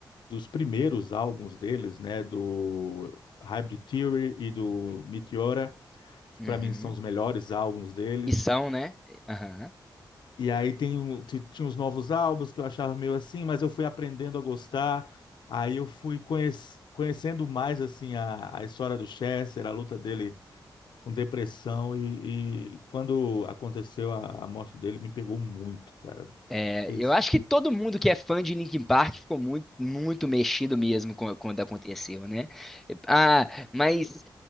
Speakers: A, on the left (about 75°); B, in the centre.
A: dos primeiros álbuns deles, né, do Hybrid Theory e do Meteora, que
B: Uhum.
A: para mim são os melhores álbuns deles.
B: E são, né? Aham.
A: E aí tem um, ti- tinha os novos álbuns que eu achava meio assim, mas eu fui aprendendo a gostar. Aí eu fui conhec- conhecendo mais assim a, a história do Chester, a luta dele com depressão e, e quando aconteceu a, a morte dele me pegou muito, cara.
B: É,
A: Fez,
B: eu acho que todo mundo que é fã de Linkin Park ficou muito, muito mexido mesmo com- quando aconteceu, né? Ah, mas